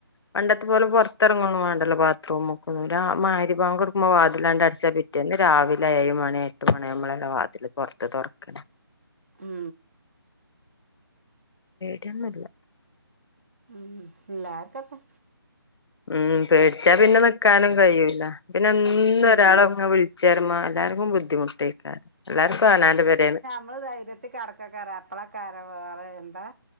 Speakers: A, on the left (about 85°); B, on the right (about 35°).
A: പണ്ടത്തെ പോലെ പൊർത്തർങ്ങുന്നു വാണ്ടല്ലോ ബാത്റൂമ്ക്കും ണ്ടാ മഹ് രിബാ ങ്കൊട്ക്കുമ്പോ മോ വാതിലാണ്ട് അട്ച്ചാ പിറ്റേന്ന് രാവിലെ ഏഴ് മണിയായ്ട്ട് എട്ട് മണിയാവ്മ്പളല്ലെ വാതിൽ പൊർത്ത് തൊർക്ക
B: ഉം
A: ടിയൊന്നുല്ല
B: ഉമ് ഇല്ലാര്ക്കട്ടെ
A: ഉം പേടിച്ചാ പിന്നെ നിക്കാനും കഴൂല്ല പിന്നെ എന്നും
B: ഉം
A: ഒരാൾങ്ങെ വിൾ ചേർമ എല്ലാർക്കും ബുദ്ധിമുട്ടേക്കാരം എല്ലാർക്കും അനാന്റെ പേരേന്ന്
B: <unintelligible> കടക്ക കറപ്പള കര വേറ എന്താ